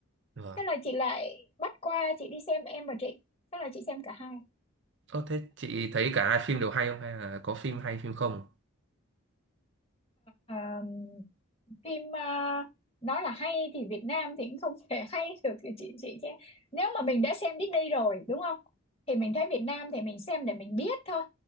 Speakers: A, on the right; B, on the left.
A: vâng
B: thế là chị lại bắt qua chị đi xem em và Trịnh thế là chị xem cả hai
A: ô thế chị thấy cả hai phim đều hay không hay là có phim hay phim không
B: Ờ, phim ờ, nói là hay thì Việt Nam thì cũng không <laughs> thể hay được thì chị chị chứ nếu mà mình đã xem Disney rồi đúng không thì mình thấy Việt Nam thì mình xem để mình biết thôi